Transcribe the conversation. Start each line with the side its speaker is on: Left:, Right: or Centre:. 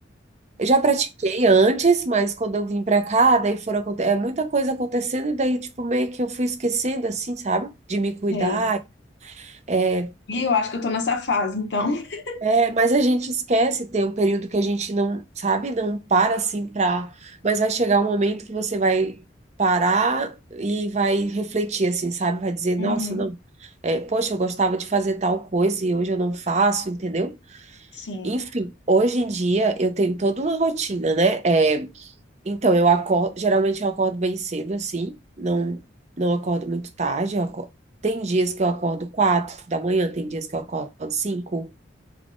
Right: Eu já pratiquei antes, mas quando eu vim para cá, daí foram aconte- é muita coisa acontecendo e daí tipo meio que eu fui esquecendo assim, sabe? De me cuidar.
Left: Sei.
Right: é,
Left: E eu acho que eu tô nessa fase, então. <laughs>
Right: É, mas a gente esquece, tem um período que a gente não, sabe, não para assim pra. Mas vai chegar um momento que você vai parar e vai refletir, assim, sabe? Vai dizer, nossa,
Left: Uhum,
Right: não, é, poxa, eu gostava de fazer tal coisa e hoje eu não faço, entendeu?
Left: sim.
Right: Enfim, hoje em dia eu tenho toda uma rotina, né? É, então, eu acordo, geralmente eu acordo bem cedo, assim, não, não acordo muito tarde, eu acordo. Tem dias que eu acordo quatro da manhã, tem dias que eu acordo cinco.